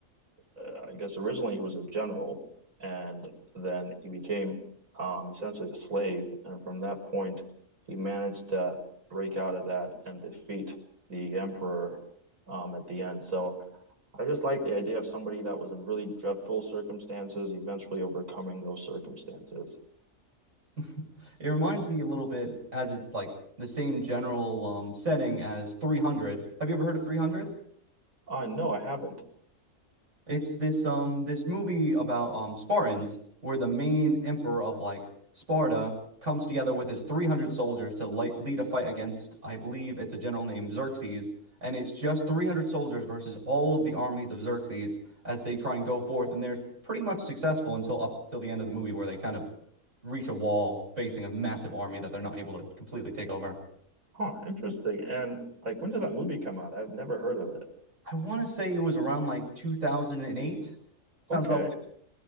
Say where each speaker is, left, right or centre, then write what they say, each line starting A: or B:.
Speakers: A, on the right; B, on the right.
A: uh, I guess originally he was a general, and then he became um, essentially a slave. And from that point, he managed to break out of that and defeat the emperor um, at the end. So I just like the idea of somebody that was in really dreadful circumstances eventually overcoming those circumstances.
B: <laughs> It reminds me a little bit as it's like the same general um setting as 300. Have you ever heard of 300?
A: Uh, no, I haven't.
B: It's this um this movie about um Spartans where the main emperor of like Sparta comes together with his 300 soldiers to li lead a fight against I believe it's a general named Xerxes and it's just 300 soldiers versus all of the armies of Xerxes as they try and go forth and they're pretty much successful until up till the end of the movie where they kind of reach a wall facing a massive army that they're not able to completely take over.
A: Huh, interesting. And like, when did that movie come out? I've never heard of it.
B: I want to say it was around like 2008. Sounds
A: Okay,
B: about